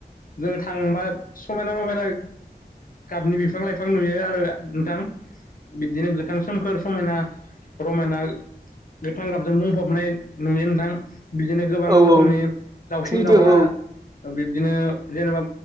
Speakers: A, on the left (about 55°); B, on the right (about 25°).
A: जोङो थांबा समायना रमायना गाबनि बिफां लाइफां नुयो आरो नोंथां बिब्दिनो गोथां सोमखोर समायना रमायना गोथां गाबजों बुंफबनाय नुयो नोंथां बिदिनो गोबां
B: औ
A: रोखोमनि
B: औ
A: दाउसिन
B: सैथो
A: दाउला
B: औ
A: बिब्दिनो जेनेबा